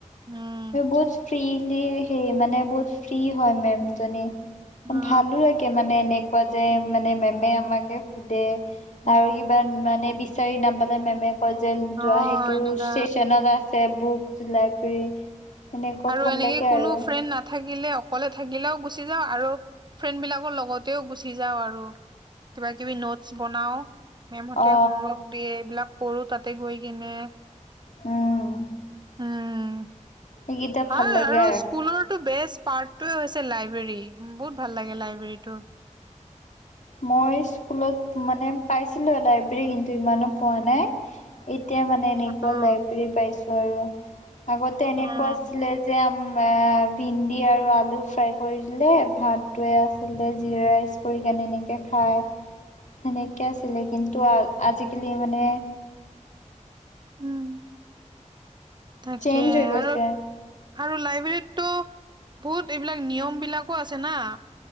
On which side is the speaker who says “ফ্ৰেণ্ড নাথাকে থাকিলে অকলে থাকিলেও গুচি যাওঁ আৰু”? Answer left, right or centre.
Right